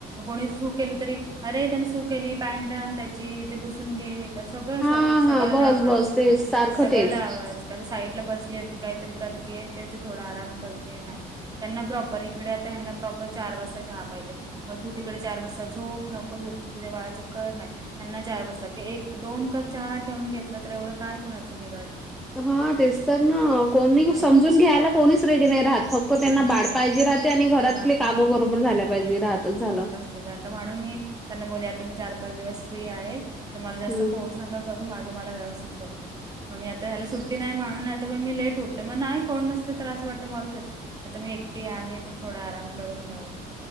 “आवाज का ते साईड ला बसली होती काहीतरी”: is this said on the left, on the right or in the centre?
Right